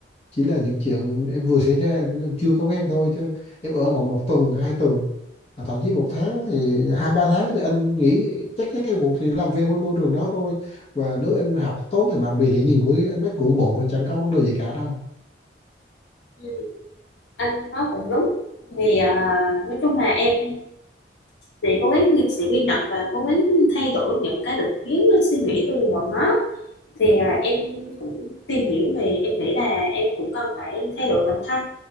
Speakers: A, on the left; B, on the left.
A: chỉ là những chuyện em vừa xảy ra em, em chưa có quen thôi chứ em ở còn một tuần hai tuần à, thậm chí một tháng thì hai ba tháng thì anh nghĩ chắc chắn em cũng thì làm quen với môi trường đó thôi và nếu em học tốt thì bạn bè sẽ nhìn với ánh mắt ngưỡng mộ thôi chẳng có vấn đề gì cả đâu
B: Ừ, anh nói cũng đúng. Vì à, nói chung là em sẽ cố gắng sẽ ghi nhận và cố gắng thay đổi những cái định kiến suy nghĩ từ bọn nó. Thì à, em cũng tìm hiểu thì em nghĩ là em cũng cần phải thay đổi bản thân